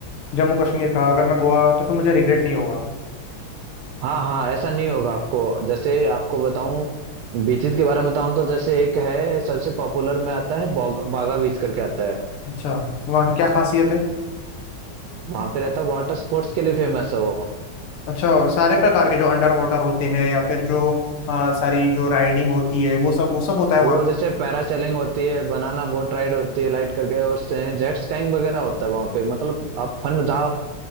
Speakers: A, on the left; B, on the right.
A: जम्मू कश्मीर कहा अगर मैं गोवा तो फिर मुझे रिग्रेट नहीं होगा
B: हाँ हाँ ऐसा नहीं होगा आपको जैसे आपको बताऊं बीचेस के बारे में बताऊं तो जैसे एक है सबसे पॉपुलर में आता है बोग- बागा बीच करके आता है
A: अच्छा वहाँ की क्या खासियत है
B: वहां पे रहता वाटर स्पोर्ट्स के लिए फेमस है वो
A: अच्छा सारे प्रकार के जो अंडर वाटर होते हैं या फिर जो अ, सारी जो राइडिंग होती है वो सब वो सब होता है वहाँ
B: वो जैसे
A: पे
B: पैरासेलिंग होती है बनाना बोट राइड होती है लाइट करके और जेट स्काइंग वगैरह होता है वहां पे मतलब आप फन जहाँ